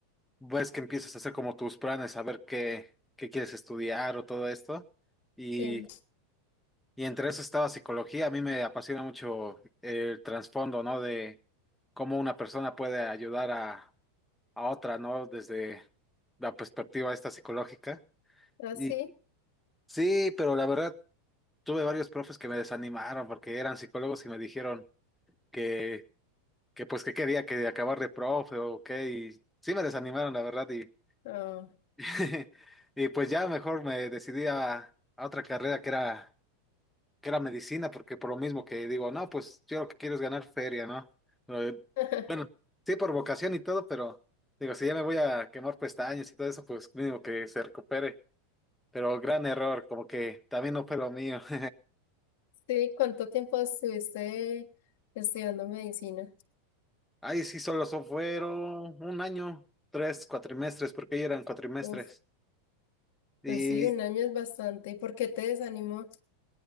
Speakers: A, in the centre; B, on the left.
A: ves que empiezas a hacer como tus planes, a ver qué, qué quieres estudiar o todo esto. Y,
B: Sí.
A: y entre eso estaba psicología, a mí me apasiona mucho el trasfondo, ¿no? De cómo una persona puede ayudar a, a otra, ¿no? Desde la perspectiva esta psicológica.
B: ¿Ah,
A: Y
B: sí?
A: sí, pero la verdad, tuve varios profes que me desanimaron porque eran psicólogos y me dijeron... que que pues que quería que acabar de profe o qué, y sí me desanimaron, la verdad, y,
B: Ah.
A: <laughs> y pues ya mejor me decidí a, a otra carrera que era, que era medicina, porque por lo mismo que digo, no, pues yo lo que quiero es ganar feria, ¿no? Eh,
B: <laughs>
A: Bueno, sí por vocación y todo, pero digo, si ya me voy a quemar pestañas y todo eso, pues mínimo que se recupere, pero gran error, como que también no fue lo mío. <laughs>
B: Sí, ¿cuánto tiempo estuviste estudiando medicina?
A: Ahí sí solo so- fueron un año, tres cuatrimestres, porque ya eran cuatrimestres.
B: Uf.
A: Y,
B: Pues sí, un año es bastante. ¿Y por qué te desanimó?